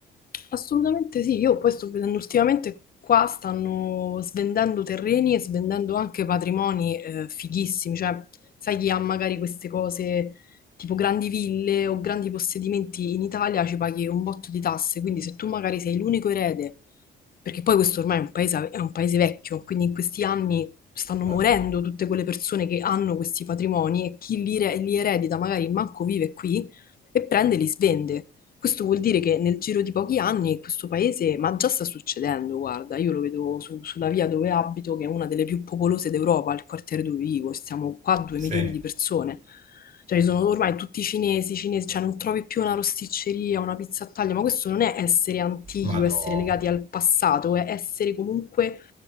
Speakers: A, on the left; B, on the right.
A: Assolutamente sì, io poi sto vedendo ultimamente qua stanno svendendo terreni e svendendo anche patrimoni eh, fighissimi, cioè sai chi ha magari queste cose tipo grandi ville o grandi possedimenti in Italia ci paghi un botto di tasse, quindi se tu magari sei l'unico erede, perché poi questo ormai è un paese, è un paese vecchio, quindi in questi anni stanno
B: Certo.
A: morendo tutte quelle persone che hanno questi patrimoni e chi li, re- li eredita magari manco vive qui e prende e li svende. Questo vuol dire che nel giro di pochi anni questo paese, ma già sta succedendo, guarda, io lo vedo su- sulla via dove abito, che è una delle più popolose d'Europa, il quartiere dove vivo, stiamo qua due
B: Sì,
A: milioni di persone. Cioè, ci sono ormai tutti cinesi, cinesi, cioè non trovi più una rosticceria, una pizza a taglio, ma questo non è essere antichi
B: vado.
A: o essere legati al passato, è essere comunque,